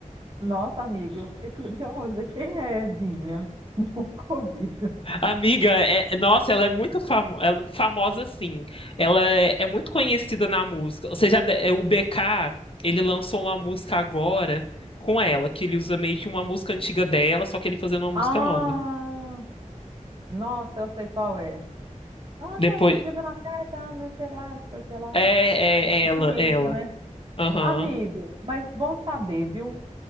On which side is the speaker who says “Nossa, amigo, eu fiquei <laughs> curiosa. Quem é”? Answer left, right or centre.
Right